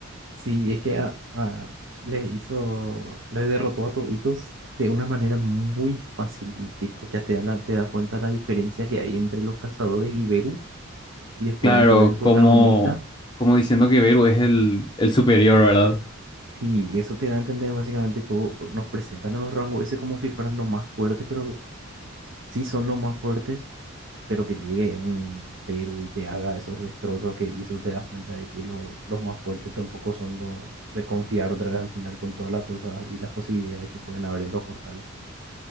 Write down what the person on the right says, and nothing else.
Sí, es que a- a- le hizo, le derrotó a toditos de una manera muy fácil y tipo, ya te da la- te das cuenta la diferencia que hay entre los cazadores y Beru y después
al llegar el protagonista,
sí, eso te da a entender básicamente todo, por- nos presentan a los rangos ese como si fueran los más fuertes, pero sí son los más fuertes pero que llegue un Beru y te haga esos destrozos que hizo, te das cuenta de que lo- los más fuertes tampoco son los de confiar otra vez al final con todas las cosas y las posibilidades que pueden haber en los portales.